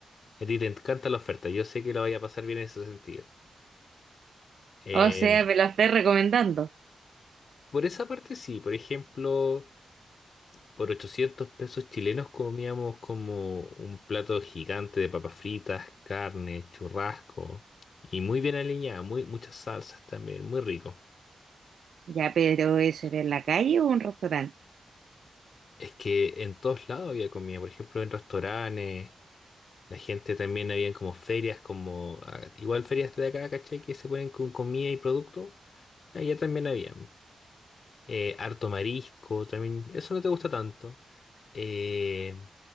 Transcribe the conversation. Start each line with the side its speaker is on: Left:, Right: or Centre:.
Left: A ti te encanta la oferta, yo sé que lo vaya a pasar bien en ese sentido. Eh,
Right: O sea, me lo estás recomendando.
Left: por esa parte sí, por ejemplo, por 800 pesos chilenos comíamos como un plato gigante de papas fritas, carne, churrasco y muy bien aliñada, muy, muchas salsas también, muy rico.
Right: Ya, pero ¿eso era en la calle o un restaurante?
Left: Es que en todos lados había comida, por ejemplo, en restaurantes, la gente también había como ferias, como ah, igual ferias de acá, ¿cachai? Que se ponen con comida y producto, allá también había. eh, harto marisco, también eso no te gusta tanto. Eh,